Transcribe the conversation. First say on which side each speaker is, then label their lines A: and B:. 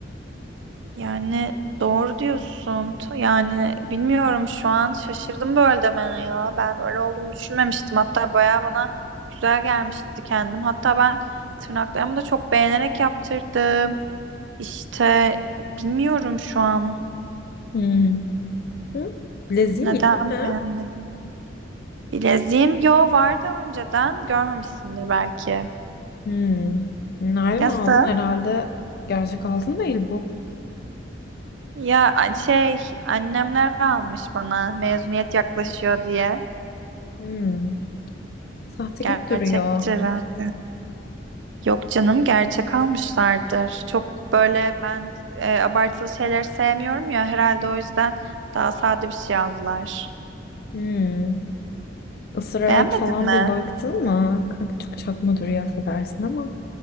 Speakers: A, on the right; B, on the left.
A: Yani doğru diyorsun. Ta- Yani bilmiyorum şu an şaşırdım böyle demene ya. Ben öyle olduğumu düşünmemiştim. Hatta bayağı bana güzel gelmişti kendim. Hatta ben tırnaklarımı da çok beğenerek yaptırdım. İşte bilmiyorum şu an
B: Hmm. Hı? Leziğin
A: neden
B: yeni mi?
A: beğenmedim. Bileziğim yo vardı önceden görmemişsindir belki.
B: Hmm. Nereden
A: Nasıl?
B: aldın? Herhalde gerçek altın değil bu.
A: Ya a- şey annemler almış bana mezuniyet yaklaşıyor diye.
B: Hmm. Sahte
A: Gerçektir
B: gibi duruyor.
A: herhalde. Yok canım gerçek almışlardır. Çok böyle ben e, abartılı şeyler sevmiyorum ya herhalde o yüzden daha sade bir şey aldılar.
B: Hmm. Isırarak
A: Beğenmedin
B: falan
A: mi?
B: bir baktın mı? Kanka çok çakma duruyor affedersin ama.